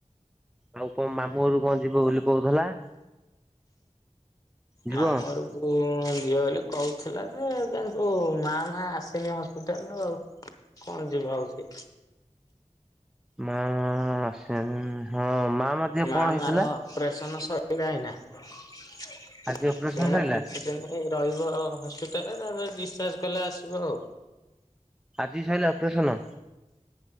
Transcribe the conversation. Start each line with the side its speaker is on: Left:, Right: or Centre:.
Centre: ଆଉ କଁ ମାମୁଁ ଘରକୁ ଯିବ ବୋଲି କହୁଥିଲା। ଯିବ?
Left: ମାମଁ ଘରକୁ। କୁ ଯିଅ ବୋଲି କହୁଥିଲା ଯେ କିନ୍ତୁ ମା ମା ଆସନି ହସ୍ପିଟାଲ ରୁ ଆଉ। କଣ ଯିବା ଆଉ ସେ।
Centre: ମା ମା ଆସିନାହାନ୍ତି ହଁ। ମା ମଧ୍ୟ
Left: ମା
Centre: କଣ ହେଇଥିଲା
Left: ମା ର ଅପରେସନ ସରିଲା ଏଇନା। ସିଏ
Centre: ଆଜି ଅପରେସନ
Left: ଏଇନା
Centre: ସରିଲା?
Left: କିଛି ଦିନି ରହିବ ହସ୍ପିଟାଲରେ ତାପରେ ଡିସଚାର୍ଜ କଲେ ଆସିବ ଆଉ।
Centre: ଆଜି ସାଇିଲା ଅପରେସନ।